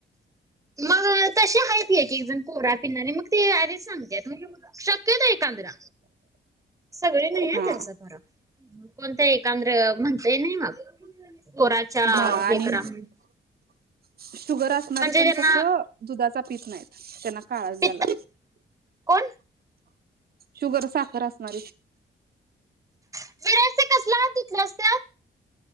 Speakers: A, on the right (about 15°); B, on the right (about 50°).
A: मग तसे आहेत ये कीज पोरात पिनारे मग ते आधीच सांगते तु शक्यता एक कांधरा सगळे नाही
B: हा
A: आहेचं खर कोणतं एकांद्र म्हणतय नाही मग पोराच्या
B: हा
A: हे
B: आणि
A: करा म्हण.
B: शुगर असणार पण
A: ज्यांना
B: कस दुधा पीस नाही त्यां काळज्याला
A: पित्त कोण
B: शुगर साखर असणारी
A: स्ते कसला रस्